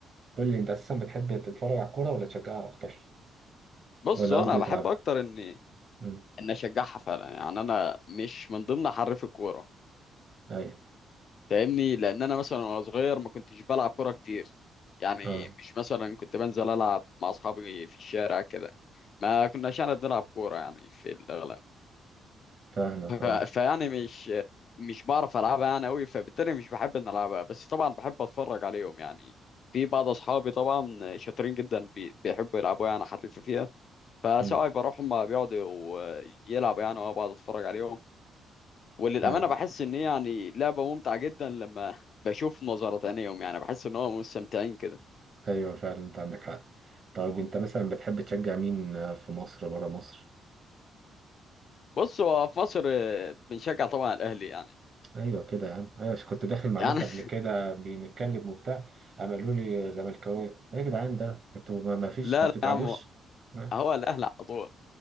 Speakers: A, on the right (about 45°); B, on the left (about 55°).
A: قول لي انت اساسا بتحب تتفرج على الكوره ولا تشجعها اكتر
B: بص
A: ولا
B: انا
A: قصدي
B: بحب
A: تلعبها
B: اكتر اني
A: امم
B: ان اشجعها فعلا يعني انا مش من ضمن حريف الكورة
A: ايوه
B: فاهمني لان انا مثلا وانا صغير ما كنتش بلعب كوره كتير يعني
A: اه
B: مش مثلا كنت بنزل العب مع اصحابي في الشارع كده ما كناش يعني بنلعب كوره يعني في الاغلب
A: فاهمك
B: ف-
A: اه
B: فيعني مش مش بعرف العبها يعني قوي فبالتالي مش بحب ان العبها بس طبعا بحب اتفرج عليهم يعني في بعض اصحابي طبعا شاطرين جدا بي- بيحبوا يلعبوا يعني حريف فيها فساعات
A: امم
B: بروح هم بيقعدوا يلعبوا يعني وانا بقعد اتفرج عليهم وللأمانة
A: ايوه
B: بحس إن هي يعني لعبة ممتعة جدا لما بشوف نظرة تانيهم يعني بحس إن هو مستمتعين كده
A: ايوه فعلا انت عندك حق طيب انت مثلا بتحب تشجع مين آه، في مصر بره مصر
B: بص هو في مصر آه، بنشجع طبعا الأهلي يعني
A: ايوه كده يا عم ايوه عشان كنت داخل مع
B: يعني
A: ناس قبل كده
B: <laughs>
A: بنتكلم وبتاع قام قالوا لي زملكاوي ايه يا جدعان ده انتوا ما ما فيش
B: لا
A: ما بتتعبوش
B: لا يا عم
A: اه
B: هو الأهلي على طول